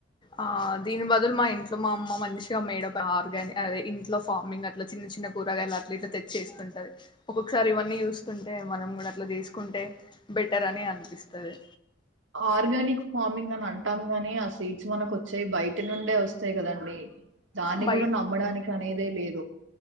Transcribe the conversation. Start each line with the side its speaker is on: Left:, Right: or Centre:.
Left: ఆ దీని బదులు మా ఇంట్లో మా అమ్మ మంచిగా మేడ్ ఆర్గానిక్ అదే ఇంట్లో ఫార్మింగ్ అట్లా చిన్న చిన్న కూరగాయలు అట్లా ఇట్లా తెచ్చేస్తుంటది ఒక్కొక్కసారి ఇవన్నీ చూస్తుంటే మనం కూడా అట్లా చేసుకుంటే బెటర్ అని అనిపిస్తుంది
Right: ఆర్గానిక్ ఫార్మింగ్ అని అం అంటాం గాని ఆ సీడ్స్ మనకు వచ్చేవి బయటి నుండే వస్తాయి కదండి దాన్ని
Left: బయ
Right: కూడా నమ్మడానికి అనేదే లేదు